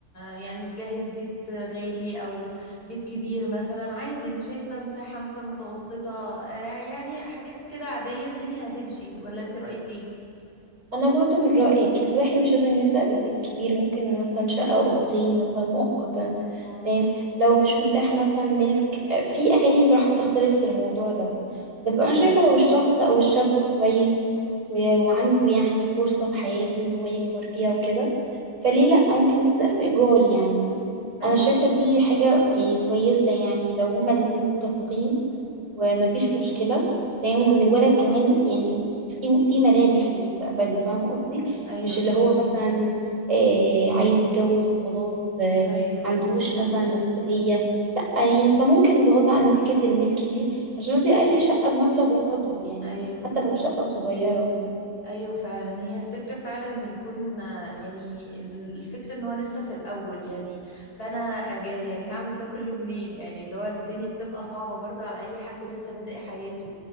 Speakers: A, on the left (about 80°); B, on the right (about 55°).
A: يعني تجهز بيت غالي او بيت كبير مثلا عادي انا شايفة مساحة مثلا متوسطة آه، يعني حاجات كده عادية الدنيا هتمشي ولا انت رأيك ايه
B: انا برضو من رأيي كل الواحد مش لازم يبدأ ببيت كبير ممكن مثلا شقة اوضتين مثلا مؤقتا
A: اه
B: تمام لو مش متاح مثلا ملك آه، في اهالي صراحة بتختلف في الموضوع ده بس انا
A: ايوه
B: شايفة لو الشخص او الشاب كويس و... وعنده يعني فرصة في حياته ان هو يكبر فيها وكده فليه لأ ممكن نبدأ بإيجار يعني
A: ايوه
B: انا شايفة دي حاجة يعني كويسة يعني لو هما الاتنين متفقين ومفيش مشكلة تمام وان الولد كمان يعني في في ملامح لمستقبله فاهمة قصدي
A: ايوه
B: مش
A: فهماكي
B: اللي هو مثلا آه عايز يتجوز وخلاص آه
A: ايوه
B: عندوش مثلا مسؤولية لا يعني فممكن نتغاضى عن فكرة الملك دي عشان هو دي اقل شقة بمبلغ وقدره يعني
A: ايوه
B: حتى لو شقة صغيرة
A: ايوه فعلا هي الفكره فعلا ان يكون آه، يعني ال- الفكره ان هو لسه في الاول يعني فانا أج- يعني هعمل ده كله منين يعني اللي هو الدنيا بتبقى صعبه برضه على اي حد لسه بادئ حياته